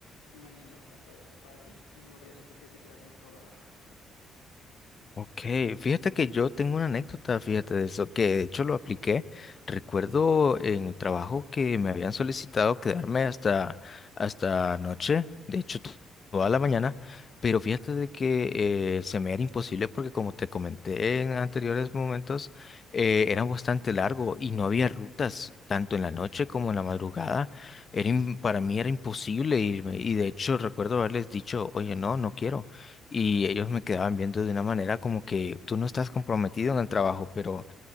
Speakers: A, on the left; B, on the left.
A: y mañana la puedo hacer para ti y no habría necesidad de quedarme toda la noche, ¿no?
B: Ok, fíjate que yo tengo una anécdota, fíjate de eso, que de hecho lo apliqué. Recuerdo en el trabajo que me habían solicitado quedarme hasta, hasta noche, de hecho to- toda la mañana, pero fíjate de que eh, se me era imposible porque como te comenté en anteriores momentos, eh, era bastante largo y no había rutas. tanto en la noche como en la madrugada, era im- para mí era imposible irme y de hecho recuerdo haberles dicho, oye, no, no quiero. Y ellos me quedaban viendo de una manera como que tú no estás comprometido en el trabajo, pero